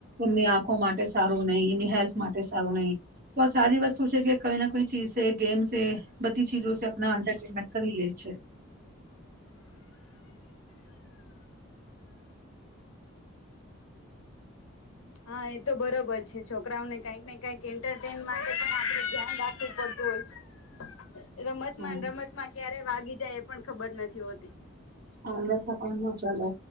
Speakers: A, on the right; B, on the left.
A: એમની આંખો માટે.. સારું નહી એની હેલ્થ માટે સારું નહી તો આ સારી વસ્તુ છે કે કોઈ કોઈ ચીજસે ગેમસે બધી ચીજોસે અપના એન્ટરટેમેન્ટ કરી લે છે..
B: હા એ તો બરોબર છે છોકરાઓને કંઈક ને કઈક એન્ટરટેન માટે પણ આપડે ધ્યાન રાખવું પડતું હોય છે.. રમતમાં
A: હમ
B: ને રમત માં ક્યારે વાગી જાય એ પણ ખબર નથી હોતી.
A: ઑનલાઇન.. ન ચાલે